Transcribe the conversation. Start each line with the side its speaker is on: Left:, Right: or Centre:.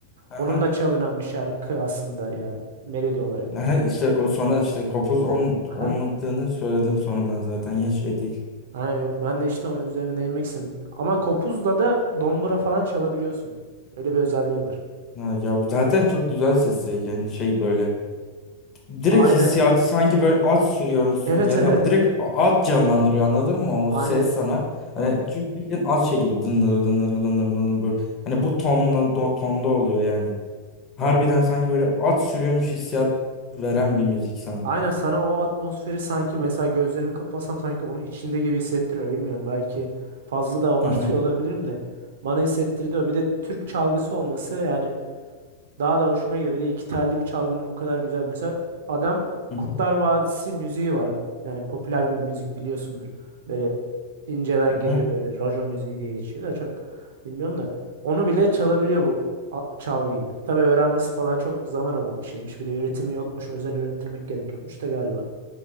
Left: Aha.
Right: Onunla çalınan bir şarkı aslında yani melodi olarak.
Left: Ha, işte o sonra işte kopuz on,
Right: Aha.
Left: olmadığını söyledim sonradan zaten ya şey değil.
Right: Aynen yok ben de işte onun üzerine değinmek istedim. Ama kopuzla da dombura falan çalabiliyorsun. Öyle bir özelliği var.
Left: Ha, ya zaten çok güzel sesi yani şey böyle direkt
Right: Aynen.
Left: hissiyatı sanki böyle at sürüyormuşsun
Right: Evet
Left: ya
Right: evet.
Left: da direkt a- at canlandırıyor anladın mı o
Right: Aynen.
Left: ses sana. Hani çünkü bildiğin at şey gibi dındır dındır dındır dındır böyle hani bu tonla do, tonda oluyor yani. Harbiden
Right: Ya,
Left: sanki böyle at sürüyormuş hissiyat veren bir müzik sana.
Right: aynen sana o atmosferi sanki mesela gözlerimi kapatsam sanki onun içinde gibi hissettiriyor. Bilmiyorum belki fazla da <laughs> abartıyor
Left: Hı hı
Right: olabilirim de. Bana hissettirdi o. Bir de Türk çalgısı olması yani Daha da hoşuma gidiyor. Bir de iki telli bir çalgının bu kadar güzel. Mesela adam
Left: hı hı.
Right: Kurtlar Vadisi müziği var. Yani popüler bir müzik biliyorsundur. Böyle inceden
Left: hı hı.
Right: giriyor böyle rajon müziği diye geçiyor da çok bilmiyorum da. Onu bile çalabiliyor bu a- çalgıyla. Tabii öğrenmesi falan çok zaman alan bir şeymiş. Bir de üretimi yokmuş. Özel ürettirmek gerekiyormuş da galiba.